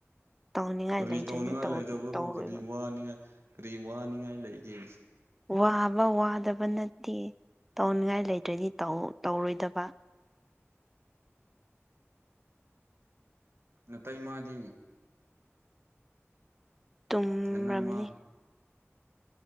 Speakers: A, in the centre; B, on the right (about 60°).
A: ꯇꯧꯅꯤꯡꯉꯥꯏ
B: ꯀꯔꯤ
A: ꯂꯩꯇ꯭ꯔꯗꯤ
B: ꯇꯧꯅꯤꯡꯉꯥꯏ
A: ꯇꯧ
B: ꯂꯩꯇꯕꯕꯨ
A: ꯇꯧꯔꯣꯏꯕ
B: ꯀꯔꯤ ꯋꯥꯅꯤꯡꯉꯥꯏ ꯀꯔꯤ ꯋꯥꯅꯤꯡꯉꯥꯏ ꯂꯩꯒꯦ
A: ꯋꯥꯕ ꯋꯥꯗꯕ ꯅꯠꯇꯦ ꯇꯧꯅꯤꯡꯉꯥꯏ ꯂꯩꯇ꯭ꯔꯗꯤ ꯇꯧꯔꯣꯏꯗꯕ
B: ꯅꯇꯩ ꯃꯥꯗꯤ
A: ꯇꯨꯝꯔꯝꯅꯤ
B: ꯅꯅꯝꯃ